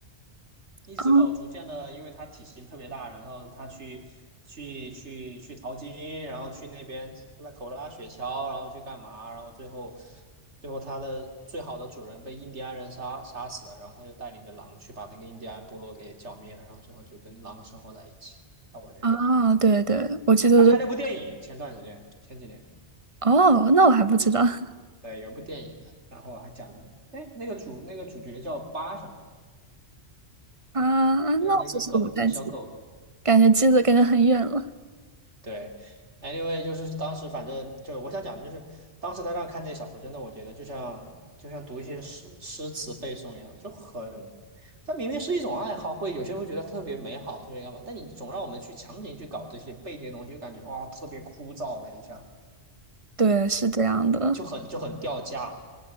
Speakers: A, on the right; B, on the right.
A: 一只狗逐渐的，
B: 啊
A: 因为它体型特别大，然后它去去去去淘金，然后去那边拉狗拉雪橇，然后去干嘛，然后最后最后它的最好的主人被印第安人杀杀死了，然后它就带领着狼去把那个印第安部落给剿灭了，然后最后就跟狼生活在一起，差不多这样。
B: 啊，对对，我记得是
A: 还拍了部电影，前段时间前几年，
B: 哦，那我还不知道 <laughs>
A: 对，有部电影的，然后还讲了，哎，那个主那个主角叫巴什么，
B: 啊，
A: 就是那个狗，
B: 那我就是不太记，
A: 那个小狗狗。
B: 感觉记得感觉很远了。
A: 对，anyway，就是当时反正就我想讲的就是，当时他让看这小说，真的我觉得就像就像读一些诗诗词背诵一样，就很，它明明是一种爱好，会有些人会觉得特别美好，特别干嘛，但你总让我们去强行去搞这些背这些东西，就感觉哇特别枯燥了你下，
B: 对，是这样的。
A: 就很就很掉价。